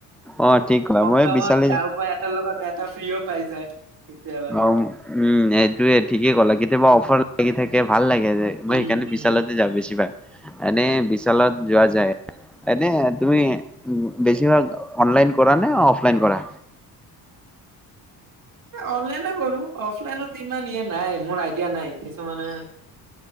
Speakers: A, in the centre; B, on the right.
A: অ ঠিক ক'লা
B: কম
A: মই
B: দামত
A: বিচালি
B: তাৰ পৰা এটা লগত এটা ফ্ৰীও পাই যায় কেতিয়াবা
A: অ উম এইটোয়ে ঠিকেই ক'লা কেতিয়াবা অফাৰ লাগি থে ভাল লাগে, যে মই
B: উম,
A: সেই কাৰণে বিছালতে
B: উম।
A: যাওঁ বছিভাগ। এনে বিশালত যোৱা যায়, এনে তুমি বেছিভাগ অনলাইন কৰা নে? অফলাইন কৰা?
B: অনলাইনে কৰো, অফলাইনত ইমান ইয় নাই মোৰ আইডিয়া নাই। কিছুমানে